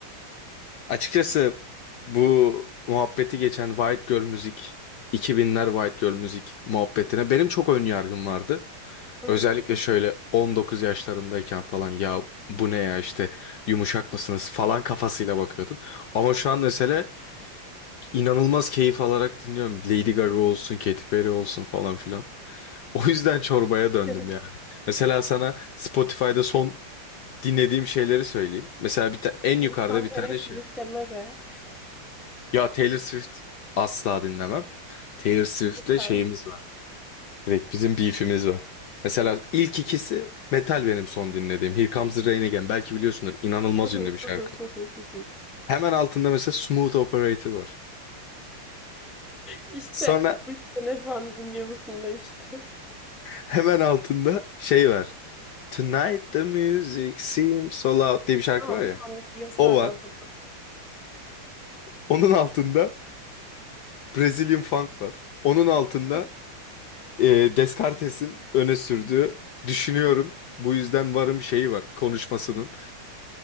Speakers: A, on the left; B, in the centre.
A: açıkçası bu muhabbeti geçen White Girl müzik, 2000'ler White Girl müzik muhabbetine benim çok ön yargım vardı.
B: Hı
A: Özellikle
B: hı.
A: şöyle 19 yaşlarımdayken falan ya bu ne ya işte yumuşak mısınız falan kafasıyla bakıyordum. Ama şu an mesela inanılmaz keyif alarak dinliyorum. Lady Gaga olsun, Katy Perry olsun falan filan. O yüzden çorbaya
B: <laughs>
A: döndüm yani. Mesela sana Spotify'da son dinlediğim şeyleri söyleyeyim. Mesela bir ta- en
B: Lütfen
A: yukarıda bir
B: Taylor
A: tane
B: Swift
A: şey.
B: deme de.
A: Ya Taylor Swift asla dinlemem. Taylor Swift'le
B: Lütfen.
A: şeyimiz var. Direkt bizim beef'imiz var. Mesela ilk ikisi metal benim son dinlediğim. Here Comes the Rain Again. Belki biliyorsundur. İnanılmaz
B: <laughs>
A: ünlü bir şarkı. Hemen altında mesela Smooth Operator var.
B: İşte
A: Sonra
B: bu sene falan dinliyor musun demiştim.
A: hemen altında şey var. Tonight the music seems so loud diye bir şarkı
B: Ama
A: var ya.
B: sen Reels'lerden
A: O var.
B: topladın.
A: Onun altında Brazilian Funk var. Onun altında
B: <laughs>
A: e, Descartes'in öne sürdüğü düşünüyorum bu yüzden varım şeyi var konuşmasının.